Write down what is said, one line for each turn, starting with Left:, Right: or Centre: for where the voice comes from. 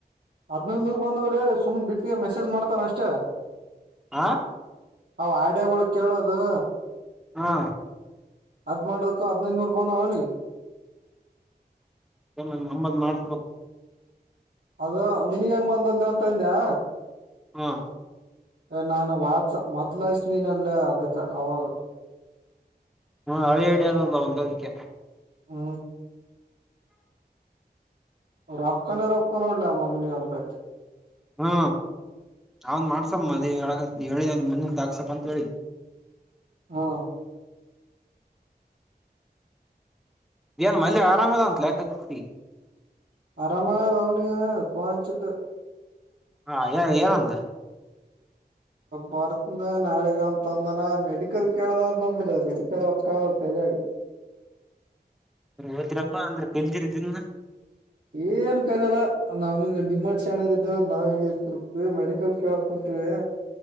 Right: ಹದ್ನೈದ್ ನೂರ್ ಬಂದವ್ರೆ ಸುಮ್ನೆ ಬಿಟ್ಟಿಗೆ ಮೆಸೇಜ್ ಮಾಡ್ತಾನ ಅಷ್ಟೇ
Centre: ಆ
Right: ಅವ್ ಆಡಳ ಕೇಳದು
Centre: ಹಾ
Right: ಅದ್ ಮಾಡದಕ್ಕ ಹದ್ನೈದನೂರು ಬಂದ ಅವನಿ
Centre: ಮ್ಮ ನಮ್ಮದ್ ಮಾಡಸ್ಬೇಕು
Right: ಅದ ನಿನಗ ಹೆಂಗ್ ಬಂದದ್ ಅಂತ ಹಂದ್ಯಾ
Centre: ಹಾ
Right: ನಾನು ವಾದಸ ಮೊದ್ಲಾಯಸ ನೀನಲ್ಲೇ ಅದಕ್ಕೆ ಅವಾಗ
Centre: ಹಾ ಹಳೆ ಅಡದಲ್ಲ ಒಂದ ಅದಕ್ಕೆ
Right: ಹ್ಮ ರೊಕ್ಕಾನ ರೊಕ್ಕ್ಕ ನ ಮಾಡಲ್ಲ ಮಗ ನೀ ಕದ
Centre: ಹ್ಮ ಅವನ್ ಮಾಡ್ಸಮ್ಮ ಮದ ಹೇಳಕ ಹೇಳಿ ನನ್ ಮುಂದಂದ ಹಾಕ್ಸಪ್ಪ ಅಂತ ಹೇಳ
Right: ಹಾ
Centre: ಏನ್ ಮನೇಲೆ ಆರಾಮದ ಅಂತಲ ಕತ್ತತಿ
Right: ಆರಾಮ ವಾದನ ಫೋನ್ ಹಚ್ಚಿದೆ
Centre: ಹಾ ಏನಂದ
Right: ಬರ್ತ್ ನಾಳಗ ಅಂತಂದನ ಮೆಡಿಕಲ್ ಕೇಳದ್ ನಂಬುದ ಮೆಡಿಕಲ್ಕ್ಕ <unintelligible>
Centre: ಹೋದ್ರಪ್ಪಾ ಅಂದ್ರೆ ತಿಲ್ದಿರದಿಂದ
Right: ಏನ್ ಕಾಲಲ್ಲ ನಮ್ ನಿಮ್ಮ್ ಶಣರ ಇದಿದ್ದವು ನಾವ್ ಹಿಂಗಗೆ ಇ ಮೆಡಿಕಲ್ ಕೇಳಕ್ ಕುಂತೀವಿ